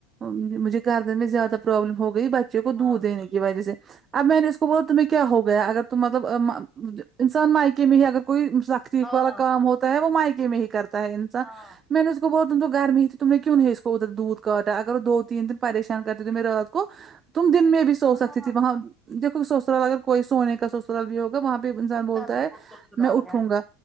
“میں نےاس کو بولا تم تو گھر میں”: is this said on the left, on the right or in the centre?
Right